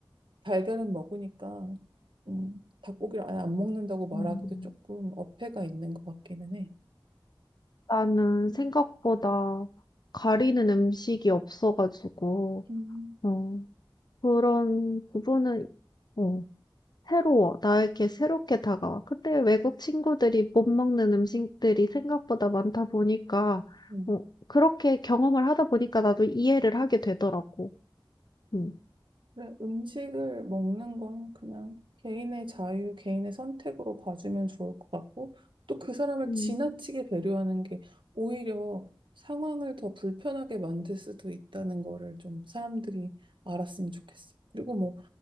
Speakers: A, on the right; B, on the left.
A: 달걀은 먹으니까 음, 닭고기를 아예 안 먹는다고 말하기도
B: 음.
A: 조금 어폐가 있는 것 같기는 해.
B: 나는 생각보다 가리는 음식이 없어가지고,
A: 음.
B: 어, 그런 부분은 어, 새로워. 나에게 새롭게 다가와. 근데 외국 친구들이 못 먹는 음식들이 생각보다 많다 보니까
A: 음.
B: 어, 그렇게 경험을 하다 보니까 나도 이해를 하게 되더라고. 음.
A: 그래, 음식을 먹는 건 그냥 개인의 자유, 개인의 선택으로 봐주면 좋을 것 같고, 또 그 사람을
B: 음.
A: 지나치게 배려하는 게 오히려 상황을 더 불편하게 만들 수도 있다는 거를 좀 사람들이 알았으면 좋겠어. 그리고 뭐